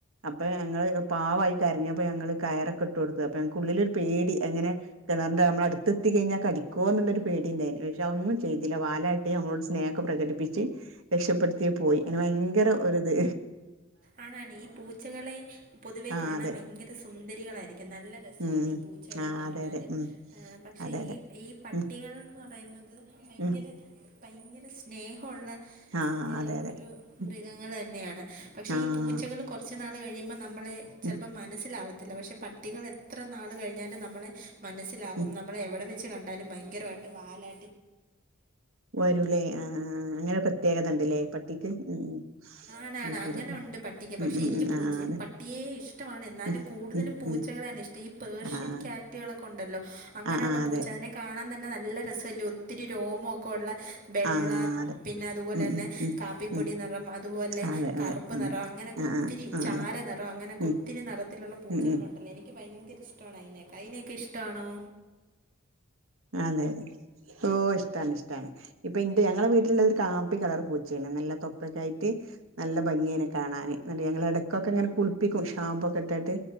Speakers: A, on the right; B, on the right.
A: അപ്പൊ ഞങ്ങള് പാവായി കരഞ്ഞപ്പോ ഞങ്ങള് കയറൊക്കെ ഇട്ട് കൊടുത്ത് അപ്പൊ ഞങ്ങൾക്ക് ഉുള്ളിലൊരു പേടി അങ്ങനെ കിണറിൻ്റെ നമ്മളെ അടുത്തെത്തി കഴിഞ്ഞാ കടിക്കോന്നുള്ളൊരു പേടി ഇണ്ടായി നി പക്ഷെ അതൊന്നും ചെയ്തില്ല വാലാ ട്ടി നമ്മളോട് സ്നേഹം പ്രകടിപ്പിച്ച് രക്ഷപ്പെടുത്തി പോയി പിന്നെ അയ്ന് ഭയങ്കര ഒരു ഇത്
B: ആണാണ് ഈ പൂച്ചകളെ പൊതുവെ
A: ആഹ്
B: കാണാൻ
A: അതെ
B: ഭയങ്കര സുന്ദരികളായിരിക്കും നല്ല രസണ്
A: ഉം
B: ഈ പൂ ച്ചകളെ
A: ആഹ്
B: കാണാനും
A: അതെ അതെ ഉം
B: ങ് പക്ഷേ
A: അതെ അതെ
B: ഈ ഈ പട്ടികളന്ന്
A: ഉം
B: പറയുന്നത് ഭയങ്കര
A: ഉം
B: ഭയങ്കര സ്നേ ഹുള്ള
A: ആഹ്
B: ഏ
A: അതെ അതെ
B: ഒരു
A: ഉം
B: മൃഗങ്ങൾ തന്നെയാണ് പക്ഷേ
A: ആഹ്
B: ഈ പൂച്ചകൾ കുറച്ച് നാള് കഴിയുമ്പോൾ നമ്മളെ ചിലപ്പോൾ
A: ഉം
B: മനസ്സിലാവ ത്തില്ല പക്ഷെ പട്ടികൾ എത്ര നാള് കഴിഞ്ഞാലും നമ്മളെ മനസ്സിലാവും
A: ഉം
B: നമ്മളെ എവിടെ വെ ച്ച് കണ്ടാലും ഭയങ്കരയിട്ട് വാലാ
A: വരൂല്ലേ ആഹ് ആഹ് അങ്ങനെ പ്രത്യേകത ഉണ്ട്ല്ലേ പട്ടിക്ക് ഉം
B: അങ്ങനെണ്
A: ഉം അത് ശരി
B: അങ്ങനെ ഉണ്ട് പട്ടിക്ക്
A: ഉം
B: പക്ഷെ
A: ഉം
B: എനിക്ക്
A: ഉം
B: പുച്ച
A: ആഹ് അതെ
B: പട്ടിയെ ഇഷ്ടമാണ് എന്നാലും
A: ഉം
B: കൂടുതലും
A: ഉം
B: പൂച്ചകളെയാണ്
A: ഉം
B: ഇഷ് ഈ പേർഷ്യൻ
A: ആഹ്
B: കാറ്റുകളൊക്കെ ഉണ്ടല്ലോ അങ്ങനെള്ള
A: ആഹ് ആഹ് അതെ
B: പൂച്ച അതിനെ കാണാൻ തന്നെ നല്ല രസല്ലേ ഒത്തിരി രോമോക്കെ ഉള്ള വെള്ള
A: ആഹ് അതെ
B: പിന്നെ അതുപോലെന്നെ
A: ഉം ഉം ഉം
B: കാപ്പിപ്പൊടി
A: ഉം
B: നിറം അതുപോലെ
A: അതെ
B: കറുപ്പ്
A: അതെ ഉം
B: നിറം അങ്ങനെയൊക്കെ
A: ആഹ്
B: ഒത്തിരി
A: ആഹ് ആഹ്
B: ചാര നിറം അങ്ങനെയൊക്കെ
A: ഉം
B: ഒത്തിരി നിറത്തിലുള്ള പൂച്ചകളുണ്ടല്ലോ
A: ഉം ഉം
B: എനിക്ക് ഭയങ്കര ഇഷ് ഇഷ്ടണ് അയിനെ അതിനെയൊക്കെ ഇഷ്ടണോ
A: അതെതെ ഓഹ് ഇഷ്ടാണ് ഇഷ്ടാണ് ഇപ്പൊ ഇന്റെ ഞങ്ങളെ വീട്ടിലുള്ളൊരു കാപ്പി കളർ പൂച്ചയാണ് നല്ല തൊപ്പക്കയിട്ട് നല്ല ഭംഗിയ അയ്നെ കാണാാന് ന്നിട്ട് ഞങ്ങള് ഇടക്കൊക്കെ ഇങ്ങനെ കുളിപ്പിക്കും ഷാമ്പൂ ഒക്കെ ഇട്ടാട്ട്